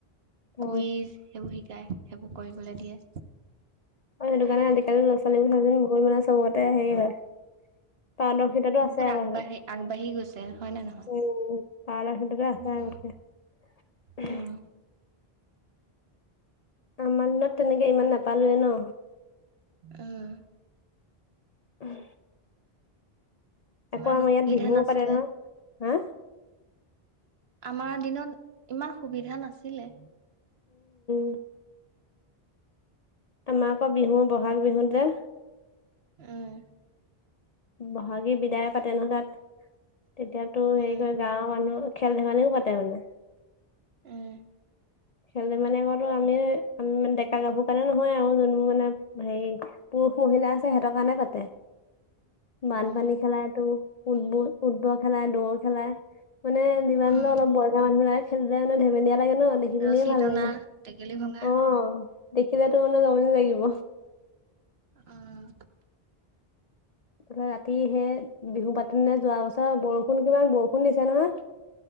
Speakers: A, on the left; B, on the right.
A: অ
B: কুইজ সেইবোৰ শিকায় সেইবোৰ কৰিবলৈ দিয়ে।
A: অ সেইটো কাৰণে আজিকালি লৰা ছোৱালীবোৰ থাক বহুত মানে চবতে হেৰি হয় পাৰদৰ্শিতা আছে
B: বহুত
A: আৰু
B: আগবাঢ়ি
A: সিহঁতৰ।
B: আগবাঢ়ি গৈছে হয় নে নহয়?
A: উম পাৰদৰ্শিতাটো আছে।
B: উম,
A: উম
B: উম,
A: আমাৰ দিনত তেনেকে ইমান নাপালোয়ে ন?
B: আহ।
A: আহ।
B: ইমান
A: আকৌ আমাৰ
B: অসুবিধা
A: ইয়াত বিহুও
B: নাছিলে।
A: পাতে নহয়। হা
B: আমাৰ দিনত ইমান সুবিধা নাছিলে।
A: উম। আমাৰ আকৌ বিহু বহাগ বিহুত যে
B: উম।
A: বহাগী বিদায় পাতে ন তাত, তেতিয়াতো হেৰি
B: উম
A: কৰে গাঁওৰ মানুহ খেল ধেমালিও পাতে মানে।
B: উম।
A: খেল ধেমালিকতো আমি, আমি ডেকা গাভৰো কাৰণে নহয় আৰু যোনটো মানে হেৰি পো ৰুষ মহিলা আছে সিহতৰ কাৰণে পাতে। বানপানী
B: উম
A: খেলাইতো ফুটব ফুটবল খেলাই, দৌৰ খেলাই মানে যিমান
B: উম
A: অলপ বয়সীয়া মানুহবিলাকে খেলিলে মানে ধেমেলীয়া লাগে ন এনে শুনিয়ে
B: ৰছী
A: ভাল
B: টনা
A: লাগে।
B: টেকেলি ভঙা
A: অ দেখিলো মানে যমনি লাগিব।
B: উম।
A: ৰাতি সে বিহু পাতি ননে যোৱা বছৰ বৰষুণ কিমান বৰষুণ দিছে নহয়।